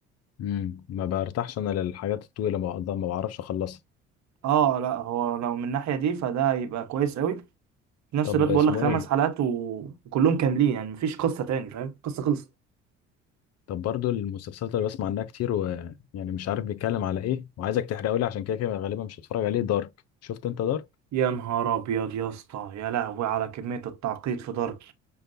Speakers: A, on the left (about 45°); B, on the right (about 55°).
A: مم. ما برتاحش انا للحاجات الطويله ما بقدر- ما بعرفش اخلصها
B: اه لا هو لو من الناحيه دي فده يبقى كويس قوي في نفس
A: طب
B: الوقت بقول
A: اسمه
B: لك خمس
A: ايه
B: حلقات و- وكلهم كاملين يعني مفيش قصه تاني فاهم قصه خلصت
A: طب برضو المسلسلات اللي بسمع عنها كتير ويعني مش عارف بيتكلم على ايه وعايزك تحرقه لي عشان كده كده غالبا مش هتفرج عليه دارك شفت انت دارك
B: يا نهار ابيض يا اسطى يا لهوي على كميه التعقيد في دارك